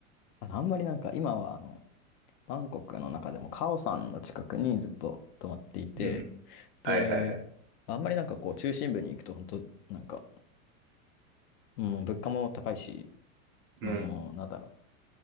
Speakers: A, on the left; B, on the right.
A: あとあんまりなんか今はあの、バンコクの中でもカオさんの近くにずっと泊まっていて、
B: うん。
A: で、
B: はいはいはい。
A: あんまりなんかこう中心部に行くと本当なんか、もう物価も高いし、
B: うん。
A: の、なんだろう